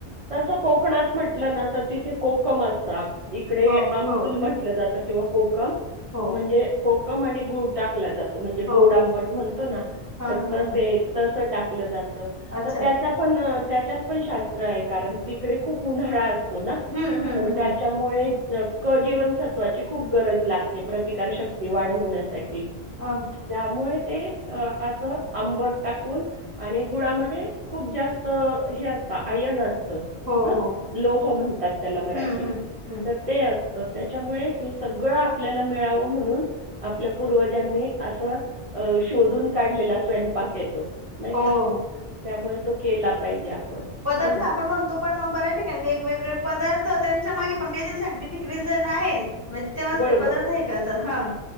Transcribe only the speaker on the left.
हो
हो
हो
हो
हा
हा
हा हा
अच्छा
हम्म हम्म
हम्म
हम्म
ह.
हो हो
हम्म हम्म हम्म
हो
पदार्थ
आपण म्हणतो पण मग बऱ्या ठिकाणी वेगवेगळे पदार्थ, त्यांच्या मागे पण काहीतरी सायंटिफिक रिझन आहेत. म तेंव्हाच
ते पदार्थ हे करतात. हा.